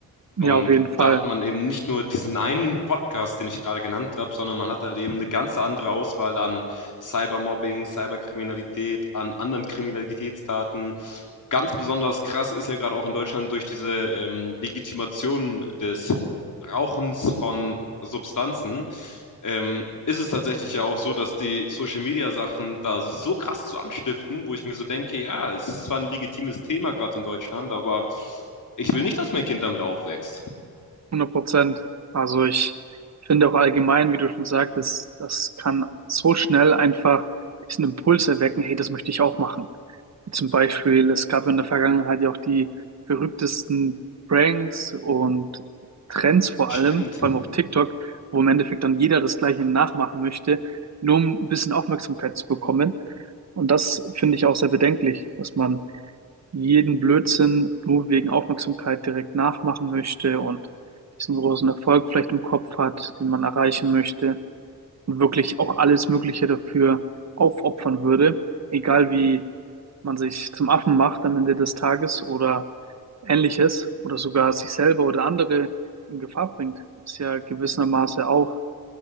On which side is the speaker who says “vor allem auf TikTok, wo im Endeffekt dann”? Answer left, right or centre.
Right